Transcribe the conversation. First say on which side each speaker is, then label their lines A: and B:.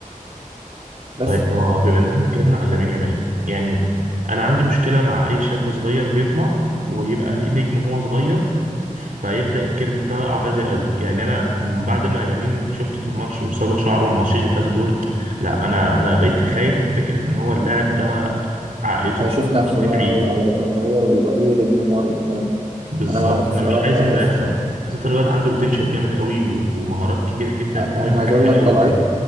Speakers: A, on the right; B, on the right.
A: بس
B: طيب هو بما ان احنا اتكلمنا على لامين يامال يعني انا عندي مشكله مع اي شاب صغير بيطلع ويبقى نجم هو صغير فيبدا الكيرف بتاعه يقع بدري قوي يعني انا من بعد ما يمين شفته في الماتش وصابغ شعره الماتشين اللي فاتوا دول لا انا انا بقيت خايف من فكره ان هو اللاعب ده عقليته
A: هيشوف نفسه
B: توديه
A: بقى
B: بعيد
A: والعلاقات تتغير ويبقى ايه لابن نمر والكلام ده
B: بالظبط
A: انا معاك
B: انا
A: الصراحه
B: مش عايز ان ده
A: بس
B: يحصل خاصه الواد عنده بوتنشال جامد قوي و- ومهارات كبيره جدا
A: انا
B: ان هو
A: أنا
B: يبقى
A: عايز
B: حاجه
A: اقول
B: حلوه
A: لك
B: قوي
A: طلعته
B: قدام